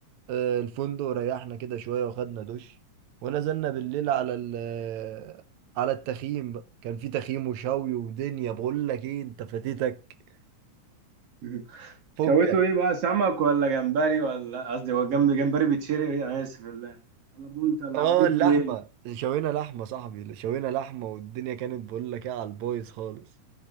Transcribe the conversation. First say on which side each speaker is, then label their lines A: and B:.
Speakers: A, on the right; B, on the right.
A: آه، الفندق وريحنا كده شوية وخدنا دش ونزلنا بالليل على ال آه، على التخييم بقى. كان في تخييم وشوي ودنيا بقول لك ايه انت فاتتك
B: <laughs>
A: فكك
B: شويته ايه بقى سمك ولا جمبري ولا قصدي هو جنب جمبري بيتشري انا اسف ولا ولا بولت ولا
A: اه
B: جبته
A: اللحمة
B: ايه
A: شوينا لحمة صاحبي شوينا لحمة والدنيا كانت بقول لك ايه على البايظ خالص